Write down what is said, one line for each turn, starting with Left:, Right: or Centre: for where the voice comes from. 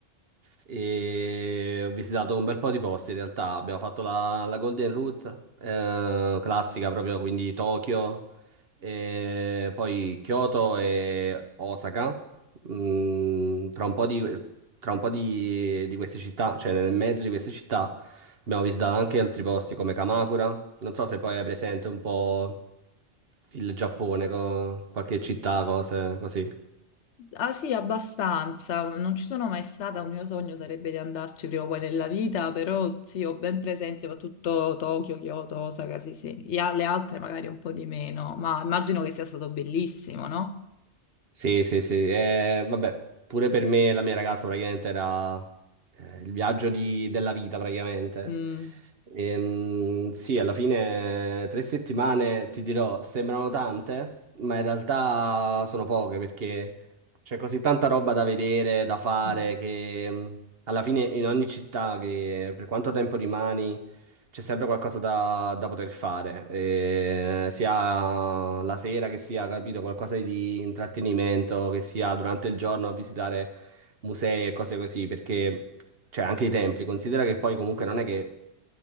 Right: e ho visitato un bel po' di posti in realtà. Abbiamo fatto la, la Golden Route, eh, classica proprio, quindi Tokyo, e poi Kyoto e Osaka. Mm, tra un po' di, tra un po' di, di queste città, cioè nel mezzo di queste città, abbiamo visitato anche altri posti come Kamakura. Non so se poi è presente un po' il Giappone, co- qualche città, cose così.
Left: ah sì, abbastanza. Non ci sono mai stata. Un mio sogno sarebbe di andarci prima o poi nella vita, però sì, ho ben presente soprattutto Tokyo, Kyoto, Osaka, sì, sì. Gli a- Le altre magari un po' di meno, ma immagino che sia stato bellissimo, no?
Right: Sì, sì, sì. Eh, vabbè, pure per me e la mia ragazza praticamente era eh, il viaggio di- della vita praticamente.
Left: Mm.
Right: Ehm, sì, alla fine tre settimane, ti dirò, sembrano tante, ma in realtà sono poche perché c'è così tanta roba da vedere, da fare,
Left: Mm.
Right: che mh, alla fine in ogni città che per quanto tempo rimani c'è sempre qualcosa da, da poter fare, eh, sia la sera che sia, capito, qualcosa di intrattenimento, che sia durante il giorno a visitare musei e cose così, perché, cioè, anche i templi, considera che poi comunque non è che